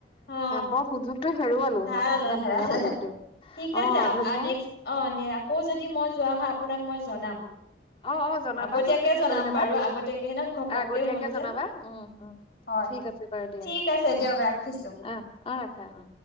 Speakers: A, on the left (about 65°); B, on the left (about 30°).
A: অ
B: বৰ সুযোগটো হেৰুৱালো
A: হেৰালে
B: মই ইমান
A: হেৰালে
B: ধুনীয়া সুযোগটো
A: ঠিক আছে
B: অ ধুনীয়া
A: নেক্স অ আকৌ যদি মই যোৱা হয়। আপোনাক মই জনাম।
B: অ অ জনাবাচোন
A: আগতীয়াকে
B: তেতিয়া
A: জনাম
B: লৈ যাবা
A: বাৰু আগতীয়াকে হেন ঘপককে
B: আগতীয়াকে
A: হ'ল যে
B: জনাবা উম উম
A: হয়
B: ঠিক আছে বাৰু দিয়া
A: ঠিক আছে দিয়ক
B: উ
A: ৰাখিছো
B: আহ আহ ৰাখা অ।